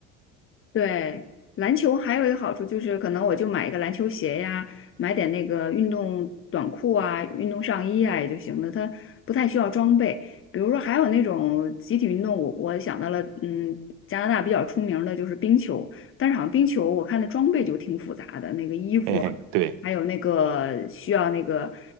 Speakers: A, on the left; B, on the right.
A: 对，篮球还有一个好处就是，可能我就买一个篮球鞋呀，买点那个运动短裤啊、运动上衣啊也就行了，它不太需要装备。比如说，还有那种集体运动，我我想到了，嗯，加拿大比较出名的就是冰球，但是好像冰球我看的装备就挺复杂的，那个衣服啊，
B: 嘿嘿，对。
A: 还有那个需要那个，